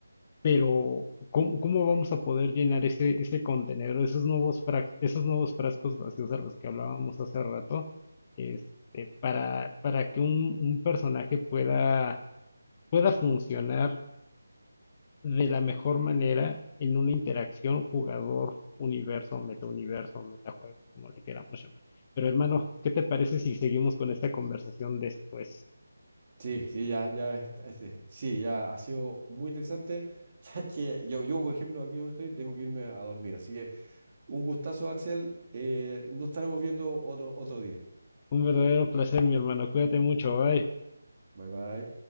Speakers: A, on the left; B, on the right.
A: Pero, ¿cómo, cómo vamos a poder llenar ese, ese contenedor, esos nuevos frac- esos nuevos frascos vacíos a los que hablábamos hace rato, este, para, para que un, un personaje pueda, pueda funcionar de la mejor manera en una interacción jugador, universo, metauniverso, metajuego, como le queramos llamar? Pero hermano, ¿qué te parece si seguimos con esta conversación después?
B: Sí, sí, ya, ya, está- este, sí, ya ha sido muy interesante. <laughs> Ya Que yo, yo, por ejemplo, aquí donde estoy, tengo que irme a dormir. Así que un gustazo, Axel. Eh, nos estaremos viendo otro, otro día.
A: Un verdadero placer, mi hermano. Cuídate mucho. Bye.
B: Bye, bye.